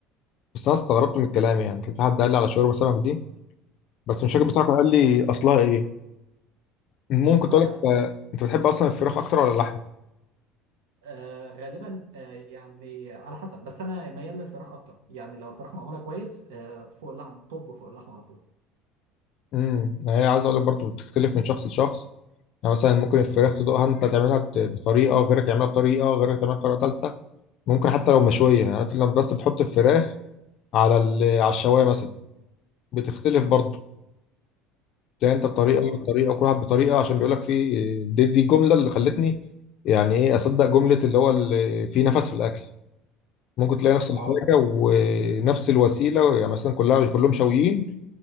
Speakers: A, on the left (about 60°); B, on the right (about 80°).
A: بس انا استغربت من الكلام يعني كان في حد قال لي على شاورما سمك دي بس مش فاكر بصراحه كان قال لي اصلها ايه ممكن
B: اه
A: تقول
B: لا
A: لك آه، انت بتحب اصلا الفراخ اكتر ولا اللحم
B: آه غالبا آه يعني على حسب بس انا ميال للفراخ اكتر يعني لو الفراخ معموله كويس آه فوق اللحم طب فوق اللحم على طول
A: امم هي عايز اقول لك برضه بتختلف من شخص لشخص يعني مثلا ممكن الفراخ تدوقها انت تعملها ب- بطريقه غيرك يعملها بطريقه غيرك تعملها بطريقه ثالثه ممكن حتى لو مشويه يعني عارف لما بس بتحط الفراخ على ال- على الشوايه مثلا بتختلف برضه تلاقي انت بطريقه
B: اه
A: وأنا بطريقه وكل واحد بطريقه عشان بيقول لك في دي دي الجمله اللي خلتني يعني ايه اصدق جمله اللي هو اللي في نفس في الاكل ممكن تلاقي نفس
B: اه
A: الحاجة ونفس الوسيلة يعني مثلا كلها كلهم شاويين